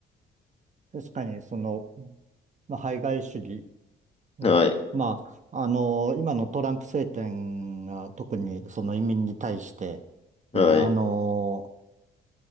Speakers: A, on the right (about 35°); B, on the left (about 30°).
A: ー確かにその、まあ、排外主義に、
B: はい、
A: まあ、あのー今のトランプ政権が特にその移民に対して、ね、
B: はい、
A: あの